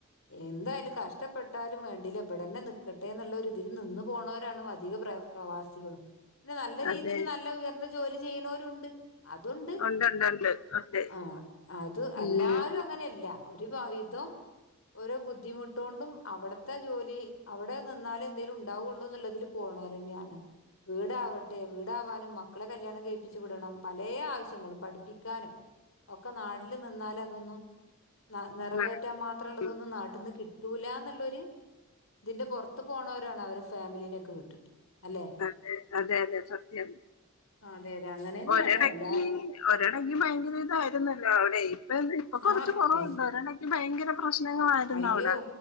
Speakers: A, on the left; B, on the left.
A: എന്തായാലും കഷ്ടപ്പെട്ടാലും വേണ്ടില വിടെന്നെ നക്കട്ടെന്നുള്ളൊരു തില് നിന്നു പോണവരാണ് അധികം പ്ര പ്രവാസികളും പിന്നെ നല്ല രീതിയില്
B: അതെ
A: നല്ല ഉയർന്ന ജോലി ചെയ്യുന്നവരുണ്ട് അതുണ്ട്
B: ഉണ്ട് ഉണ്ട് ഉണ്ട് ഉണ്ട്
A: ആഹ് അത്
B: ഉം.
A: എല്ലാരും അങ്ങനെയല്ല ഒരു <unintelligible> ഓരോ ബുദ്ധിമുട്ട് കൊണ്ടും അവിടത്തെ ജോലി അവിടെ നിന്നാലേ എന്തേലും ഉണ്ടാവുള്ളൂന്നുള്ളതില് പോ ക്ണോരന്നാണ് വീടാവട്ടെ വീടാവാനും മക്കളെ കല്യാണം കഴിപ്പിച്ചു വിടണം പലേ ആവശ്യങ്ങളും പഠിപ്പിക്കാനും ഒക്കെ നാട്ടില് നിന്നാല് അതൊന്നും നിറവേറ്റാൻ
B: നടക്ക-
A: മാത്രള്ളതൊന്നും
B: ഉം.
A: നാട്ടിന്ന് കിട്ടി ട്ടൂലന്നുള്ളൊരുതിന്റെ പുറത്ത് പോണവരാണ് അവര് ഫാമിലിനൊക്കെ വിട്ടിട്ട് അല്ലേ
B: അതെ അതെ അതെ സത്യം
A: അതെ അതെ അങ്ങനെ തന്നെയാണ്
B: ഒരിടക്ക്
A: എല്ലാ
B: ഒരിടക്ക് ഭയങ്കര ഇതായിരുന്നല്ലോ അവിടെ അ ഇപ്പ ഇപ്പൊ കൊറച്ച്
A: ആ
B: കുറവുണ്ടൊ
A: പിന്നെ
B: ഒരടക്ക് ഭയങ്കര പ്രശ്നങ്ങളായിരുന്നു
A: അയ്യോ
B: അവിടെ